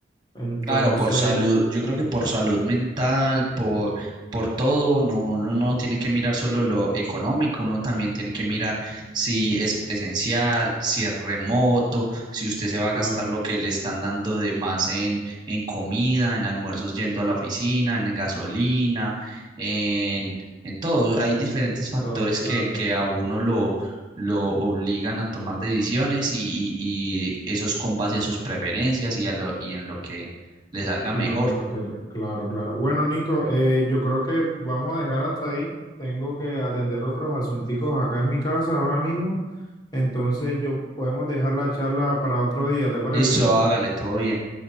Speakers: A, on the left (about 20°); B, on the right (about 25°).
A: Entonces,
B: Claro, por salud, yo creo que por salud mental, por, por todo, no, uno no tiene que mirar solo lo económico, uno también tiene que mirar si es presencial, si es remoto, si usted se va a gastar
A: claro,
B: lo que le están dando de más en, en comida, en almuerzos yendo a la oficina, en gasolina, en, en todo. Hay diferentes factores
A: todo claro.
B: que, que a uno lo, lo obligan a tomar decisiones y, y y eso es con base a sus preferencias y, a lo, y en lo que le salga
A: Yo
B: mejor.
A: no- yo no quiero- Claro, claro. Bueno, Nico, eh, yo creo que vamos a dejar hasta ahí. Tengo que atender otros asunticos acá en mi casa ahora mismo. Entonces, yo podemos dejar la charla para otro día, ¿te parece?
B: Listo, hágale todo bien.